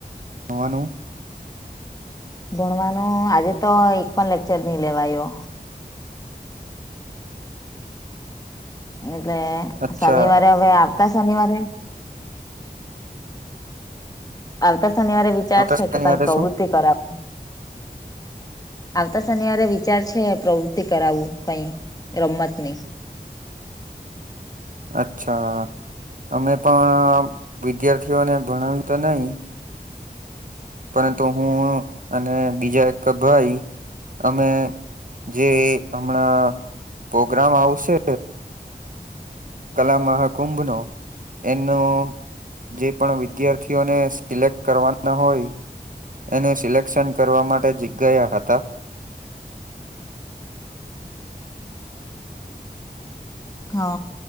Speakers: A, on the right; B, on the left.
A: ણવાનું
B: ભણવાનો આજે તો એક પણ લેકચર નહી લેવાયો એટલે
A: અચ્છા
B: શનિવારે હવે આવતા શનિવારે આવતા શનિવારે વિચાર
A: આકાશની
B: છે કે કઈ
A: વાત
B: પ્રવૃતિ
A: શું
B: કરાવ આવતા શનિવારે વિચાર છે પ્રવૃતિ કરાવું કઈ રમત ની
A: અચ્છા અમે પણ વિદ્યાર્થીઓને ભણાવવી તો નહી પરંતુ હું અને બીજા એક ભાઈ અમે જે હમણાં પોગ્રામ આવશે કલા મહાકુંભનો એનો જે પણ વિદ્યાર્થીઓને સિલેક કરવાના હોય એનું સિલેક્શન કરવા માટે જીગ ગયા હતા
B: હ